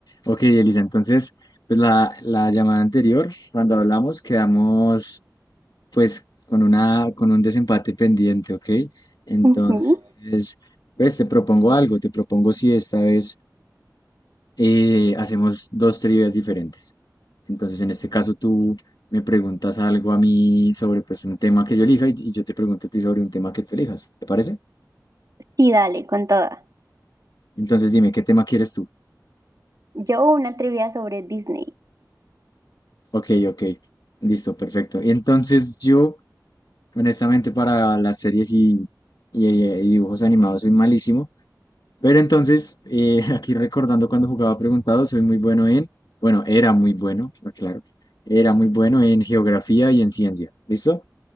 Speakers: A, on the left (about 70°); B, on the right (about 55°).
A: Ok, Elisa, entonces, pues la, la llamada anterior, cuando hablamos, quedamos pues con una, con un desempate pendiente, ¿ok? Entonces,
B: Ujú.
A: pues te propongo algo, te propongo si esta vez eh, hacemos dos trivias diferentes. Entonces, en este caso, tú me preguntas algo a mí sobre pues un tema que yo elija y, y yo te pregunto a ti sobre un tema que tú elijas, ¿te parece?
B: Sí, dale, con toda.
A: Entonces, dime, ¿qué tema quieres tú?
B: Yo una trivia sobre Disney.
A: Ok, ok, listo, perfecto. Entonces, yo... Honestamente, para las series y, y- y dibujos animados soy malísimo. Pero entonces, eh, <laughs> aquí recordando cuando jugaba preguntado, soy muy bueno en, bueno, era muy bueno, claro, era muy bueno en geografía y en ciencia. ¿Listo?